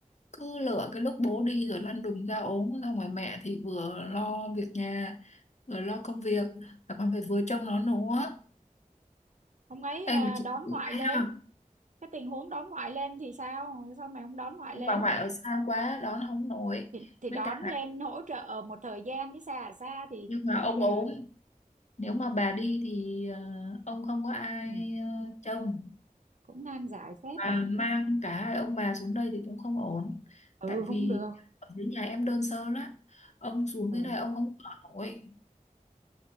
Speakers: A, on the left; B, on the right.
A: cứ lựa cái lúc bố đi rồi lăn đùng ra ốm ra ngoài mẹ thì vừa lo việc nhà vừa lo công việc là còn phải vừa trông nó nữa
B: ông ấy à,
A: Ê mà chị
B: đón
A: cũng
B: ngoại
A: hay
B: lên
A: không
B: cái tình huống đón ngoại lên thì sao sao mày không đón ngoại
A: ông
B: lên
A: bà ngoại ở xa quá đón không nổi
B: thì thì
A: với
B: đón
A: cả
B: lên hỗ trợ một thời gian chứ xa à xa thì
A: nhưng mà ông
B: ờ,
A: ốm Nếu mà bà đi thì ờ, ông không có ai
B: ừ,
A: ờ, trông
B: cũng nan giải phép
A: và
B: nhỉ
A: mang cả hai ông bà xuống đây thì cũng không ổn.
B: ừ
A: Tại
B: cũng
A: vì
B: được
A: ở dưới nhà em đơn sơ lắm. Ông xuống
B: ừ,
A: dưới này ông không ở nổi.